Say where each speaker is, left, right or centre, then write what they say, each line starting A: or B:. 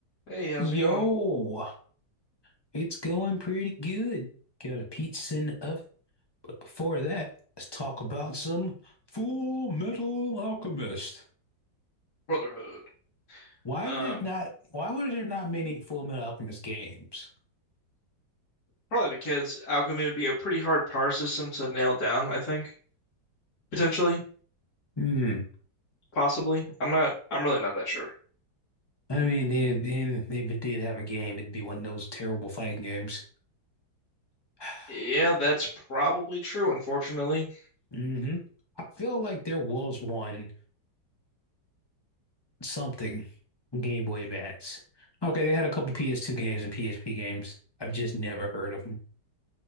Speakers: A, on the left; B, on the left.
A: Hey, how's
B: Yo,
A: it going?
B: it's going pretty good. Got a pizza in the oven, but before that, let's talk about some Full Metal Alchemist.
A: Brotherhood.
B: Why did
A: Um,
B: it not, why were there not many Full Metal Alchemist games?
A: probably because alchemy would be a pretty hard power system to nail down, I think. Potentially,
B: Hmm.
A: possibly. I'm not, I'm really not that sure.
B: I mean, if and if it did have a game, it'd be one of those terrible fighting games. <sighs>
A: Yeah, that's probably true, unfortunately.
B: hmm I feel like there was one something on Game Boy Advance. Okay, they had a couple PS2 games and PSP games. I've just never heard of them.